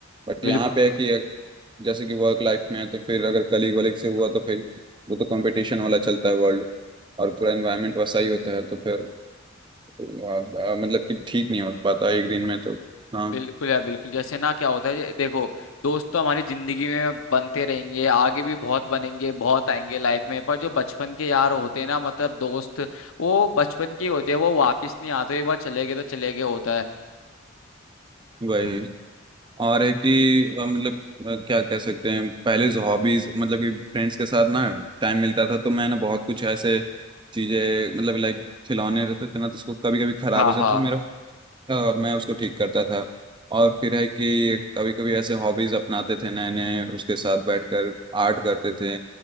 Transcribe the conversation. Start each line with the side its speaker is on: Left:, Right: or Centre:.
Right: बट
Left: बिल्कुल
Right: यहाँ पे है कि जैसे कि वर्क लाइफ में है तो फिर अगर कलीग वलीग से हुआ तो फिर वो तो कंपटीशन वाला चलता है वर्ल्ड और पूरा एनवायरनमेंट वैसा ही होता है तो फिर आ, आ, मतलब कि ठीक नहीं हो पाता एक दिन में तो हाँ
Left: बिल्कुल यार बिल्कुल जैसे ना क्या होता है ये देखो दोस्त तो हमारी जिंदगी में बनते रहेंगे आगे भी बहुत बनेंगे बहुत आएंगे लाइफ में पर जो बचपन के यार होते हैं ना मतलब दोस्त वो बचपन के ही होते हैं वो वापस नहीं आते एक बार चले गए तो चले गए होता है
Right: वही और है कि आ, मतलब आ, क्या कह सकते हैं पहले हॉबीज मतलब कि फ्रेंड्स के साथ ना टाइम मिलता था तो मैं ना बहुत कुछ ऐसे चीजें मतलब लाइक खिलौने रहते थे ना तो उसको कभी कभी खराब
Left: हाँ
Right: हो जाता
Left: हाँ
Right: था मेरा और मैं उसको ठीक करता था और फिर है कि कभी कभी ऐसे हॉबीज अपनाते थे नए नए उसके साथ बैठकर आर्ट करते थे